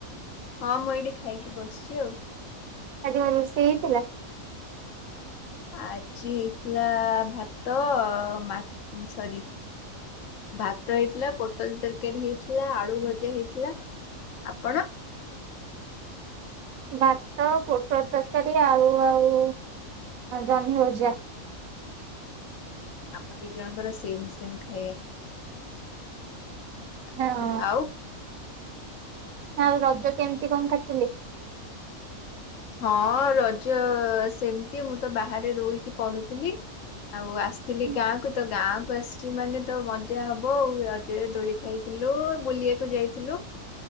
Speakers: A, on the left; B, on the right.
A: ହଁ ମୁଁ ଏଇଠି ଖାଇକି ବସିଛି ଆଉ।
B: ଆଜି କଣ ରୋଷେଇ ହେଇଥିଲା।
A: ଆଜି ହେଇଥିଲା ଭାତ ମା ସରି। ଭାତ ହେଇଥିଲା ପୋଟଲ ତରକାରୀ ହେଇଥିଲା ଆଳୁ ଭଜା ହେଇଥିଲା ଆପଣ।
B: ଭାତ ପୋଟଳ ତରକାରୀ ଆଳୁ ଆଉ ଜହ୍ନି ଭଜା।
A: ଆମ ଦି ଜଣଙ୍କର ସେମ୍ ସେମ୍ ଖାଇବା
B: ହଁ
A: ଆଉ।
B: ନା ଆଉ ରଜ କେମିତି କଣ କାଟିଲେ।
A: ହଁ ରଜ ସେମିତି ମୁଁ ତ ବାହାରେ ରହିକି ପଢୁଥିଲି। ଆଉ ଆସିଥିଲି
B: ହୁଁ
A: ଗାଁ କୁ ତ ଗାଁ କୁ ଆସିଛି ମାନେ ତ ମଜା ହବ ଆଉ ରଜରେ ଦୋଳି। ଖାଇଥିଲୁ ବୁଲିବାକୁ ଯାଇଥିଲୁ